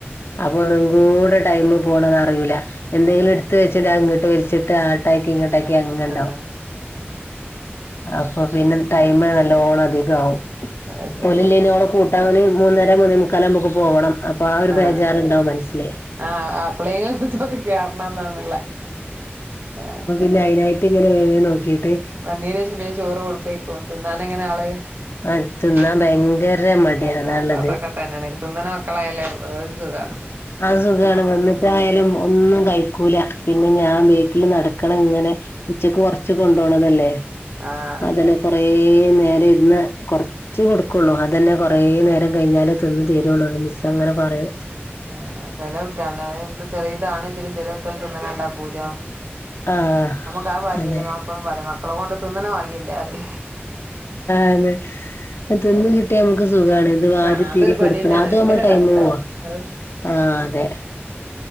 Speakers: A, on the left (about 65°); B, on the right (about 55°).
A: അപ്പൊ ഒന്നും കൂടെ ടൈമ പോണന്ന് അറിയിൂല്ല എന്തെങ്കിലും
B: അറിയില്ല
A: എടുത്ത വെച്ചിട്ട ബങ്ങോട്ട് വലിച്ചിട്ട് ട്ടാക്കി ഇങ്ങട്ടാക്കി
B: അടെ
A: അങ്ങ ഉണ്ടാവും
B: ആഹ്
A: അപ്പൊ പിന്നെ ടൈമ് നല്ലോണം അധികവും
B: അത് ശരി
A: ഒല്ല്ലേനിഓളെ കൂട്ടാന് മൂന്നര മുന്നേ മുക്കാല് ആക്കുപ്പൊക്ക് പോണ്ണം അപ്പൊ ആ ഒരു
B: ആഹ്
A: ബേജാറുണ്ടാവും മനസ്സിലേ
B: ആഹ് അപ്ളയങ്ങ കത് കേയറണംന്ന്ന്നില്ല ആഹ
A: ഇല്ല അതിനായിട്ട് ഇങ്ങനെ വേണ നോക്കിയിട്ട്
B: വന്നീന് ശേഷം പിന്നെ ചോറ് കൊടുതൊകൊതിന്നാന എങ്ങനെ ആള്
A: ആഹ് തിന്നാൻ
B: <unintelligible>
A: ഭയങ്കര മടിയാ അതാള്ളത്
B: പത്തൊക്കെ തന്നെണ് തിന്ന്ണെമക്കളായല്ലേ ഏത് സുഖാണ്
A: ആഹ് സുഖമാണ് വന്നിട്ടായാലും ഒന്നും കഴിക്കൂല പിന്നെ ഞാൻ പി വീട്ടില് നടകണങ്ങനെ ഉച്ചക്ക് കൊറച്ച് കൊണ്ടോണതല്ലേ
B: ആഹ്
A: അത് കൊറേ നേരം ഇരുന്ന കൊറ ച്ച് കൊടുക്കുള്ളൂ അതന്നെ കുറേ നേരം കഴിഞ്ഞാലേ തിന്ന് തീരുള്ളൂന്ന് മിസ് അങ്ങനെ പറയും
B: ആഹ് ചിലകുട്ട്യാള് ങ്ങനെ പ്പൊ ചെറിയതാണ്ണ ഇച്ചിലും ചിലകുട്ട്യാ തിന്നണണ്ട പൂജയാവും
A: ആഹ്
B: നമ്മുക്ക് ആ ഭാഗ്യല്ലേ
A: അതെ
B: മ പ്പളും പറയും മക്കളെ കൊണ്ട് തിന്നണ ഭഗ്യല്ല ആറി
A: അണ് തിന്ന് കിട്ടിയാ നമുക്ക് സുഖണ് അത്
B: സുഖാണ്
A: വാരി
B: അതൊരു
A: തീരി കൊടുക്കണം
B: പണിയെന്നേണ്
A: അത്
B: ഭയങ്കര
A: നമ്മൾ ടൈം
B: ടാസ്കാണ്
A: പോ
B: അത്
A: ആ അതെ